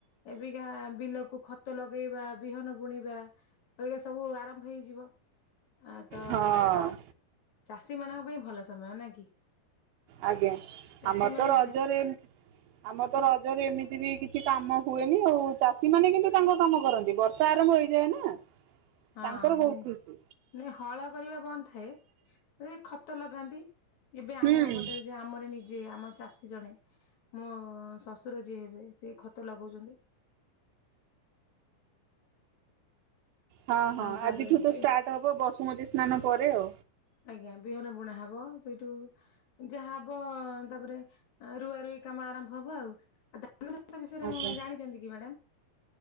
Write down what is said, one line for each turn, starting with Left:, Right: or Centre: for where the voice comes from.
Left: ଏବିକା ବିଲକୁ ଖତ ଲଗେଇବା ବିହନ ବୁଣିବା ବା ଅବିକା ସବୁ ଆରମ୍ଭ ହେଇଯିବ ଆ ତ
Right: ହଁ।
Left: ଚାଷୀମାନଙ୍କ ପାଇଁ ଭଲ ସମୟ ନା କି?
Right: ଆଜ୍ଞା
Left: ଚାଷୀ
Right: ଆମର
Left: ମାନେ
Right: ତ ରଜରେ ଏମ୍ ଆମର ତ ରଜରେ ଏମିତି ବି କିଛି କାମ ହୁଏନି ଆଉ। ଚାଷୀମାନେ କିନ୍ତୁ ତାଙ୍କ କାମ କରନ୍ତି ବର୍ଷା ଆରମ୍ଭ ହେଇଯାଏ ନା।
Left: ହଁ
Right: ତାଙ୍କର ବହୁତ
Left: ନେଇଁ
Right: ଖୁସି
Left: ହଳ କରିବା ବନ୍ଦ ଥାଏ। <unintelligible> ଖତ ଲଗାନ୍ତି ଏବେ
Right: ହୁଁ
Left: ଆମ ଗୋଟେ ଆମର ନିଜେ ଆମ ଚାଷୀ ଜଣେ ମୋ ଶଶୁର ଯିଏ ହେବେ ସିଏ ଖତ ଲଗଉଚନ୍ତି।
Right: ହଁ ହଁ
Left: ଆଁ ତାପରେ
Right: ଆଜିଠୁ ତ
Left: ବି
Right: ଷ୍ଟାର୍ଟ ହବ ବସୁମତୀ ସ୍ନାନ ପରେ ଆଉ।
Left: ଆଜ୍ଞା। ବିହନ ବୁଣା ହବ ସେଇଠୁ ଯାହା ହବ ତାପରେ ରୁଆ ରୁଇ କାମ ଆରମ୍ଭ ହବ ଆଉ। ଆ ଧାନ ଚାଷ ବିଷୟରେ
Right: ଆଜ୍ଞା
Left: ଜାଣିଚନ୍ତି କି ମ୍ୟାଡମ?